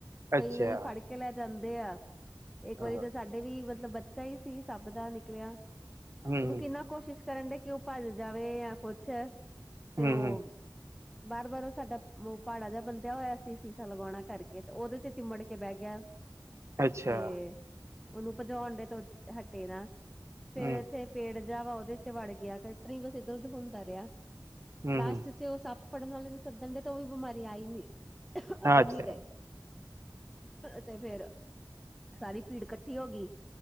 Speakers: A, on the right; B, in the centre.
A: ਅੱਛਾ
B: ਕਈ ਵਾਰੀ ਫੜ ਕੇ ਲੈ ਜਾਂਦੇ ਆ। ਇੱਕ
A: ਆਹਾ
B: ਵਾਰੀ ਤੇ ਸਾਡੇ ਵੀ ਮਤਲਬ ਬੱਚਾ ਹੀ ਸੀ ਸਭ ਦਾ ਨਿਕਲਿਆ
A: ਹੂੰ
B: ਉਹਨੂੰ ਕਿੰਨਾ ਕੋਸ਼ਿਸ਼ ਕਰਨ ਡੇ ਕਿ ਉਹ ਭੱਜ ਜਾਵੇ ਯਾ ਕੁਛ ਤੇ
A: ਹੂੰ
B: ਉਹ ਬਾਰ-ਬਾਰ ਉਹ ਸਾਡਾ ਉਹ ਪਹਾੜਾ ਜਿਹਾ ਬੰਦਿਆ ਹੋਇਆ ਸੀ ਸ਼ੀਸ਼ਾ ਲਗਾਉਣਾ ਕਰਕੇ ਤੇ ਉਹਦੇ ਚ ਚਿੰਮੜ ਕੇ ਬਹਿ ਗਿਆ।
A: ਅੱਛਾ
B: ਤੇ ਉਹਨੂੰ ਭਜਾਉਣ ਦੇ ਤੋਂ ਹਟੇ ਨਾ ਫੇਰ
A: ਹੂੰ
B: ਇੱਥੇ ਪੇੜ ਜਿਹਾ ਵਾ ਉਹਦੇ ਤੇ ਵੜ ਗਿਆ ਕ ਤਰ ਹੀ ਬਸ ਇੱਧਰ ਉਧਰ ਹੁੰਦਾ ਰਿਹਾ
A: ਹੂੰ
B: ਲਾਸਟ ਜੇ ਉਹ ਸੱਪ ਫੜਨ ਵਾਲੇ ਵੀ ਸਦਨ ਡੇ ਤੇ ਉਹ ਵੀ ਬਿਮਾਰੀ ਆਈ ਨੀ ਆ ਹੀ
A: ਅੱਛਾ
B: ਨੀ ਰਹੇ। ਤੇ ਫੇਰ ਸਾਰੀ ਭੀੜ ਕੱਠੀ ਹੋ ਗਈ